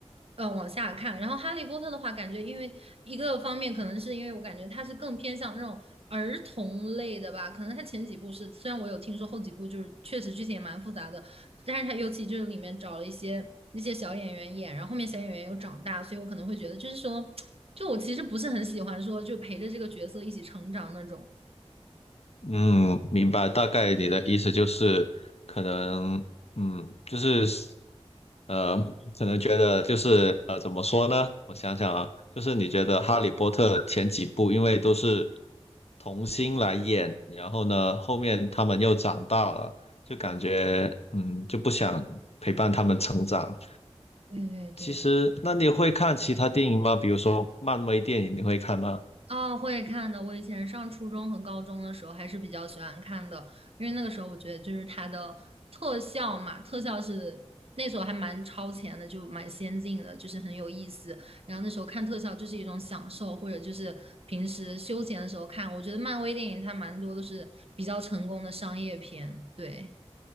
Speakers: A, on the right; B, on the left.
A: 呃往下看。然后《哈利波特》的话，感觉因为一个方面可能是因为我感觉它是更偏向那种儿童类的吧，可能它前几部是，虽然我有听说后几部就是确实剧情也蛮复杂的，但是它尤其就是里面找了一些那些小演员演，然后后面小演员又长大，所以我可能会觉得就是说，就我其实不是很喜欢说就陪着这个角色一起成长那种。
B: 嗯，明白，大概你的意思就是，可能，嗯，就是，呃，可能觉得就是，呃，怎么说呢？我想想啊，就是你觉得《哈利波特》前几部因为都是童星来演，然后呢，后面他们又长大了，就感觉，嗯，就不想陪伴他们成长。
A: 对对对，
B: 其实，那你会看其他电影吗？比如说漫威电影，你会看吗？
A: 哦，会看的。我以前上初中和高中的时候还是比较喜欢看的，因为那个时候我觉得就是它的特效嘛，特效是那时候还蛮超前的，就蛮先进的，就是很有意思。然后那时候看特效就是一种享受，或者就是平时休闲的时候看。我觉得漫威电影它蛮多都是比较成功的商业片，对，